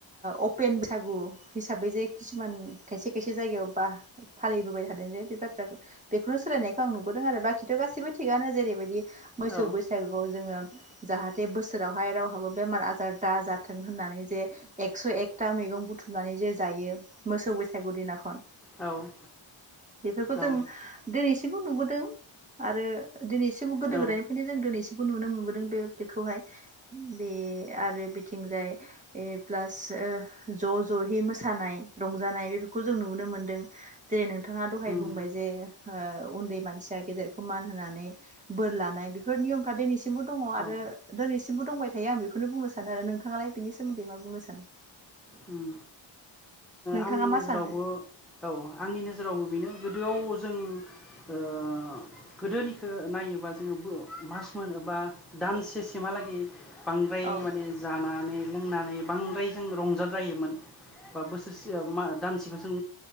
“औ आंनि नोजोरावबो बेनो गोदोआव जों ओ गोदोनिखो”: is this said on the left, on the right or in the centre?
Centre